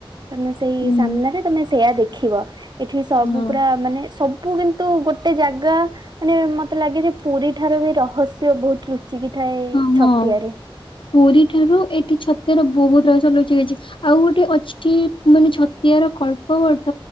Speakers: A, on the right; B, on the left.
A: ତମେ ସେଇ
B: ହୁଁ
A: ସାମ୍ନାରେ ତମେ ସେୟା ଦେଖିବ ଏଠି ସବୁ
B: ହଁ
A: ପୁରା ମାନେ ସବ ବୁ କିନ୍ତୁ ଗୋଟେ ଜାଗା ମାନେ ମତେ ଲାଗେ ଯେ ପୁରୀ ଠାରୁ ବି ରହସ୍ୟ ବହୁତ ଲୁଚିକି ଥାଏ
B: ହଁ
A: ଛତିଆରେ।
B: ପୁରୀ ଠାରୁ ଏଠି ଛତିଆର ବହୁତ ରହସ୍ୟ ଲୁଚିକି ଅଛି। ଆଉ ଗୋଟେ ଅଛି ମାନେ ଛତିଆର କଳ୍ପବଟ